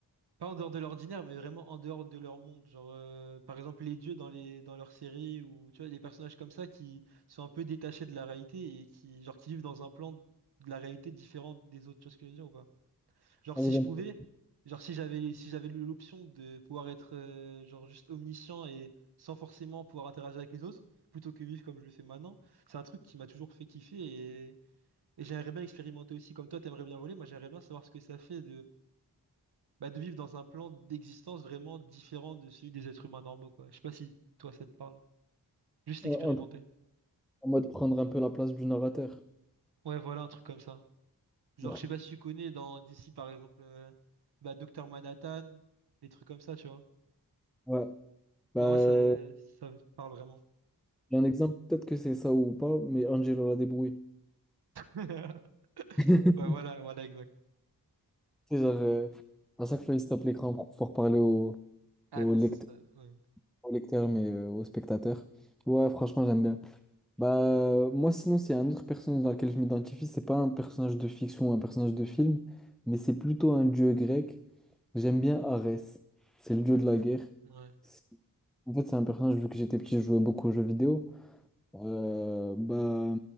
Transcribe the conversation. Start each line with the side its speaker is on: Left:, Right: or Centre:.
Right: Pas en dehors de l'ordinaire, mais vraiment en dehors de leur monde. Genre, euh, par exemple, les dieux dans les dans leurs séries ou tu vois, les personnages comme ça qui sont un peu détachés de la réalité et qui genre qui vivent dans un plan de la réalité différent des autres. Tu vois ce que je veux dire ou pas? Genre,
Centre: en,
Right: si je pouvais, genre si j'avais si j'avais l'option de pouvoir être euh, genre juste omniscient et sans forcément pouvoir interagir avec les autres, plutôt que vivre comme je le fais maintenant, c'est un truc qui m'a toujours fait kiffer et, et j'aimerais bien expérimenter aussi. Comme toi, t'aimerais bien voler, moi j'aimerais bien savoir ce que ça fait bah, de vivre dans un plan d'existence vraiment différent de celui des êtres humains normaux, quoi. Je sais pas si toi ça te parle. Juste
Centre: en
Right: expérimenter.
Centre: en mode prendre un peu la place du narrateur.
Right: Ouais, voilà, un truc comme ça. Genre,
Centre: Ouais,
Right: je sais pas si tu connais dans d'ici par exemple, euh, bah, Docteur Manhattan, des trucs comme ça, tu vois.
Centre: ouais. Bah,
Right: Bah, moi, ça, ça me parle vraiment.
Centre: il y a un exemple, peut-être que c'est ça ou pas, mais Angelo la débrouille.
Right: <laughs>
Centre: <laughs>
Right: Ouais, voilà, voilà, exact.
Centre: C'est genre, euh, à chaque fois, il se tape l'écran pour pouvoir parler au,
Right: Ah,
Centre: au
Right: non,
Centre: lecteur,
Right: ça, ouais.
Centre: au lecteur, mais euh, au spectateur. Ouais, franchement, j'aime bien. Bah, euh, moi, sinon, c'est un autre personnage dans lequel je m'identifie. C'est pas un personnage de fiction ou un personnage de film, mais c'est plutôt un dieu grec. J'aime bien Arès. C'est le dieu de la guerre.
Right: Ouais,
Centre: C'est- En fait, c'est un personnage, vu que j'étais petit, je jouais beaucoup aux jeux vidéo. Euh, bah,